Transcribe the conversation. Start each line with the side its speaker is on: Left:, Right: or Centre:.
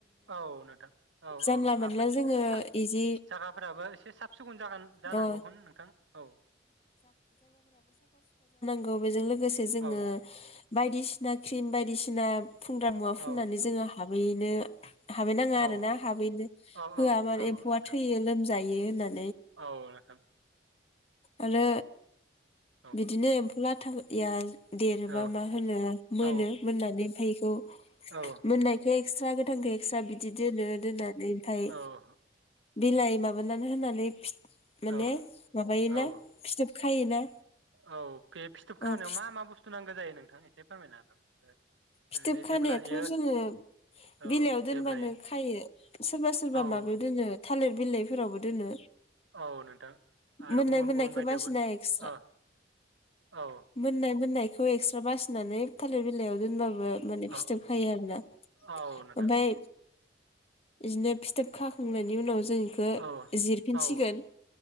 Right: औ नोंथां औ
Left: जानला
Right: औ
Left: मोनला
Right: आबाद
Left: जोङो इदि
Right: जागाफोराबो एसे साब सिखुन जागोन जानांगौ
Left: अ
Right: नोंथां औ
Left: औ बेजों लो गोसे जोङो
Right: औ
Left: बायदि सि ना क्रिम बायदिसिना फुंग्रा मुवा फुननानै
Right: औ
Left: जोङो हाबहैनो हाबैनाङा
Right: औ
Left: आरो ना हाबैनो
Right: औ
Left: होआ मा
Right: औ
Left: एम्फौआ
Right: नोंथां
Left: थैयो लोमजायो यो होनना
Right: औ नोंथां
Left: आरो
Right: औ
Left: बिदिनो लाटाया देरोबा
Right: औ
Left: मा होनो मोनो
Right: औ
Left: मोननानै जे इखौ
Right: औ
Left: मोननायखो एकस्रा गोथांखो एकस्रा बिदि दोनो दोननानै ओमफाय
Right: औ
Left: बिलाय लाय माबानानै होनानै फि माने
Right: औ
Left: माबायोना
Right: औ
Left: फिथोब खायोना।
Right: औ बे फिथोब खाहोनायाव
Left: अ फि-
Right: मा मा बुस्थु नांगौ जायो नोंथां एसे फोरमायनो हागोन
Left: फिथोब
Right: ओरैनो
Left: खानायाथ'
Right: जेब्ला इयो
Left: जोङो
Right: औ
Left: बिलाइयाव दोनबानो
Right: जेब्ला
Left: खायो सोरबा सोरबा
Right: औ
Left: माबायाव दोनो थालिर बिलाइफोरावबो दोनो
Right: औ नोंथां आरो
Left: मोननाय
Right: गुबुन
Left: मोननायखौ
Right: गुबुन बायदियावबो
Left: बासिना एक्सट्रा
Right: ओ औ
Left: मोननाय मोननाय बेखौ एक्सट्रा बासिनानै थालिर बिलायाव दोनबाबो ओ माने फिथोब
Right: औ
Left: खायो आरोना
Right: औ नोंथां
Left: ओमफ्राय बिदिनो फिथोब खाखांनायनि उनाव जों इखो
Right: औ
Left: जिरफिनसिगोन
Right: औ